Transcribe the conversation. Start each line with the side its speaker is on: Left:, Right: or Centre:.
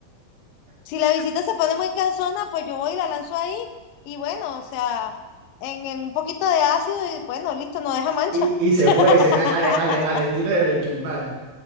Left: Si la visita se pone muy cansona, pues yo voy y la lanzo ahí, y bueno, o sea, en, en un poquito de ácido, y bueno, listo, no deja mancha.
Right: Y, y
Left: <laughs>
Right: se fue se- al, al- al estilo de Breaking Bad.